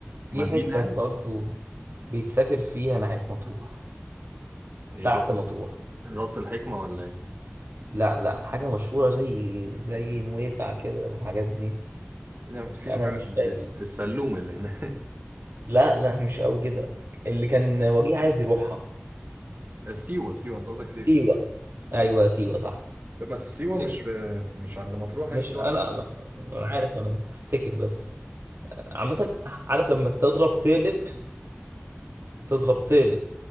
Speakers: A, on the right; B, on the right.
A: مدينة
B: في حتة
A: يعني
B: برضه بيتسافر فيها ناحية مطروح
A: هي
B: تحت
A: را-
B: مطروح
A: راس الحكمة ولا ايه
B: لا لا حاجة مشهورة زي زي نويبع كده والحاجات دي
A: يعني مفيش
B: بس انا
A: حاجة
B: مش
A: دي
B: فاكر
A: الس- السلوم اللي هناك
B: لا لا مش قوي كده اللي كان وجيه عايز يروحها
A: <laughs> سيوة سيوة انت قصدك سيوة
B: سيوة ايوه سيوة صح
A: بس سيوة
B: سيوة
A: مش في مش عند مطروح يعني
B: مش
A: سيوة
B: انا
A: تحت
B: ما- انا عارف انا بفتكر بس عامة عارف لما تضرب تقلب تضرب تقلب